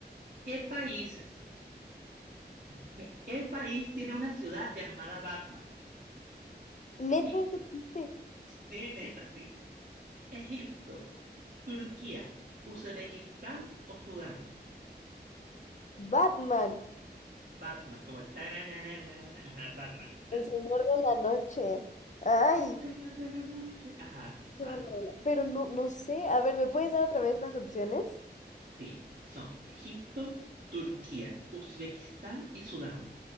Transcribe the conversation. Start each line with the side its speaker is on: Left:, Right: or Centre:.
Right: ¿Qué país, <laughs> qué país tiene una ciudad llamada Batman?
Left: Neta,
Right: Egipto.
Left: eso existe.
Right: <laughs> Sí, neta, sí. Egipto, Turquía, Uzbekistán o Sudán.
Left: Batman,
Right: Batman, como tarananana, ajá, Batman.
Left: el señor de la noche. Ay,
Right: El señor de la noche. Ajá,
Left: Qué
Right: Batman.
Left: buena rola. Pero no, no sé. A ver, ¿me puedes dar otra vez las opciones?
Right: Sí, son Egipto, Turquía, Uzbekistán y Sudán.